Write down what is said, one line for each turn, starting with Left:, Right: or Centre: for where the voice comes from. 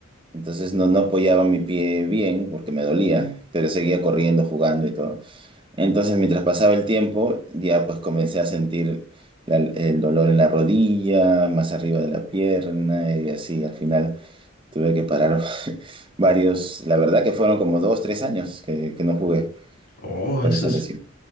Right: Entonces no, no apoyaba mi pie bien porque me dolía, pero seguía corriendo, jugando y todo. Entonces mientras pasaba el tiempo, ya pues comencé a sentir la- el dolor en la rodilla, más arriba de la pierna y así. Al final tuve que parar <laughs> varios, la verdad que fueron como dos, tres años que, que no jugué
Left: Oh,
Right: por
Left: eso
Right: esa
Left: es,
Right: lesión.